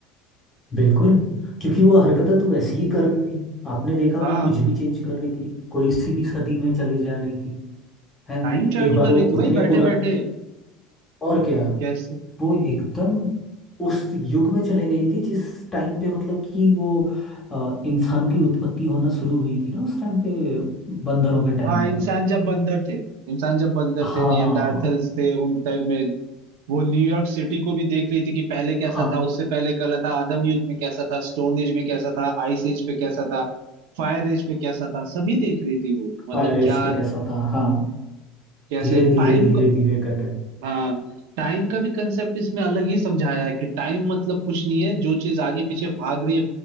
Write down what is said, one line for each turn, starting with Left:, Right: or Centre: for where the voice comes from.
Left: बिल्कुल क्योंकि वो हरकतें तो वैसे ही कर रही थी आपने देखा वो
Right: हाँ
Left: कुछ भी चेंज कर रही थी कोई सी भी सदी में चले जा रही थी है
Right: टाइम ट्रेवल
Left: एक बार
Right: कर
Left: वो
Right: रही थी
Left: उतने
Right: भाई बैठे
Left: पुरा
Right: बैठे
Left: और क्या
Right: कैसे
Left: वो एकदम उस युग में चले गई थी जिस टाइम पे मतलब कि वो अ, इंसानों की उत्पत्ति होना शुरू हुई थी ना उस टाइम पे बंदरों के टाइम
Right: हाँ
Left: पे
Right: इंसान जब बंदर थे इंसान जब बंदर
Left: हाँ
Right: थे नियंडार्थल्स थे उन टाइप में वो न्यूयॉर्क सिटी को भी देख रही थी कि पहले कैसा
Left: हाँ
Right: था उससे पहले कैसा था आदम युग में कैसा था स्टोन एज में कैसा था आइस एज पे कैसा था फायर एज पे कैसा था सभी देख रही थी वो मतलब
Left: फायर रेस
Right: क्या
Left: पे कैसा था हाँ
Right: कैसे
Left: धीरे
Right: टाइम
Left: धीरे धीरे
Right: का
Left: धीरे करके
Right: हाँ टाइम का भी कंसेप्ट इसमें अलग ही समझाया है कि टाइम मतलब कुछ नहीं है जो चीज आगे पीछे भाग रही है